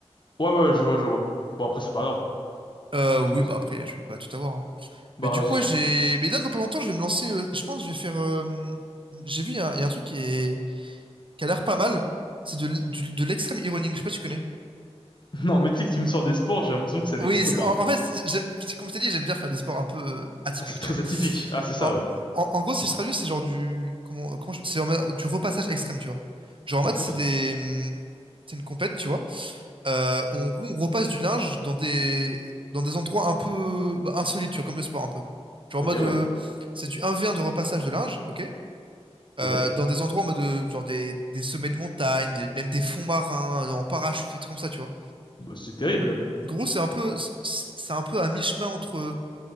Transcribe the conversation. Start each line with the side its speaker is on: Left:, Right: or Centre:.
Left: ouais, je vois, je vois. Bon, après, c'est pas grave, quoi.
Right: Euh, oui,
Left: C'est comme ça.
Right: bah après, je peux pas tout avoir. hein.
Left: Bah
Right: Mais du
Left: oui,
Right: coup,
Left: c'est sûr.
Right: ouais, j'ai. Mais là, dans pas longtemps, je vais me lancer. euh, je pense, que je vais faire. euh, J'ai vu, il y, a un il y a un truc qui, est... qui a l'air pas mal. C'est de, l- du- de l'extrême e-running. Je sais pas si tu connais.
Left: <laughs> Non, mais tu sais que tu me sors des sports, j'ai l'impression que ça n'existe
Right: Oui, c'est-
Left: pas.
Right: en,
Left: hein.
Right: en fait, j'aime, c'est comme je t'ai dit, j'aime bien faire des sports un peu euh, atypiques,
Left: Ah, c'est
Right: tu
Left: très
Right: vois.
Left: atypique. Ah, c'est ça,
Right: En,
Left: ouais.
Right: en- en gros, si je traduis, c'est genre du, comment, comment je- c'est en mode du repassage extrême, tu vois. Genre en
Left: D'accord.
Right: mode, c'est des, hum, c'est une compète, tu vois. Euh, on, on repasse du linge dans des, dans des endroits un peu bah, insolites, tu vois, comme le sport un peu. Genre
Left: Ok,
Right: en mode,
Left: ouais.
Right: euh, c'est du un v 1 de repassage de linge, ok? Euh,
Left: Ouais.
Right: dans des endroits en mode, euh, genre des, des sommets de montagne, des- même des fonds marins, en parachute et tout comme ça, tu vois.
Left: Bah, c'est terrible.
Right: Gros, c'est un peu, c'est un peu à mi-chemin entre,